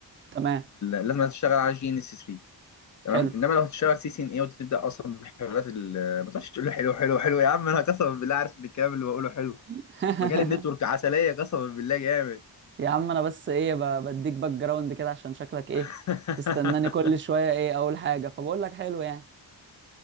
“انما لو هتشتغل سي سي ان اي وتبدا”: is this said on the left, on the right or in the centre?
Left